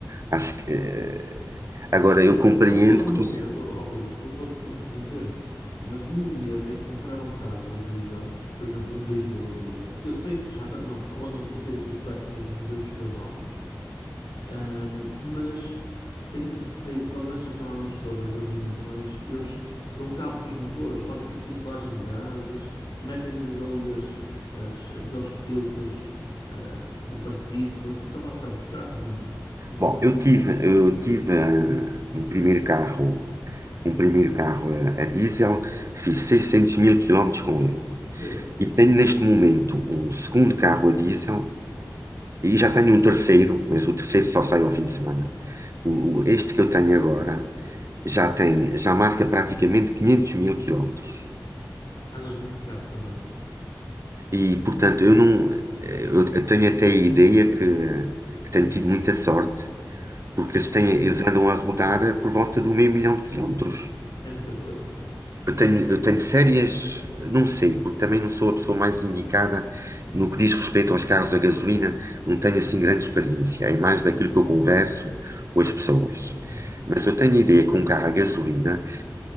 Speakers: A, on the right; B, on the left.
A: Acho que, eh, agora,
B: Sabes
A: eu compreendo
B: sabes qual é o
A: que
B: meu
A: tu. se-
B: medo, oh, Rui? Desculpa te interromper, mas o meu medo é comprar um carro a diesel, por exemplo, um 2000 a diesel, que eu sei que já tá, não, rondam potências perto dos 200 cavalos, ahm, mas tenho receio por causa destas normas todas das emissões, eles dão cabo dos motores, fazem reciclagem de gases, metem-lhes ali as, as- aqueles filtros, ah, de partículas e só dá cabo dos carros, não, não concordo.
A: Bom, eu tive, eu tive ah, um primeiro carro, um primeiro carro a, a diesel, fiz 600 mil quilómetros com ele.
B: E agora?
A: E tenho neste momento um segundo carro a diesel e já tenho um terceiro, mas o terceiro só sai ao fim de semana. O, o- este que eu tenho agora já tem, já marca praticamente 500 mil quilómetros.
B: Andas muito de carro também.
A: E, portanto, eu não, eh, eu eu tenho até a ideia que, que tenho tido muita sorte porque eles, têm, eles andam a rodar por volta do meio milhão de quilómetros.
B: É muita coisa.
A: Eu tenho, eu tenho sérias, não sei, porque também não sou a pessoa mais indicada no que diz respeito aos carros a gasolina, não tenho assim grande experiência, é mais daquilo que eu converso com as pessoas.
B: Uhum.
A: Mas eu tenho ideia que um carro a gasolina,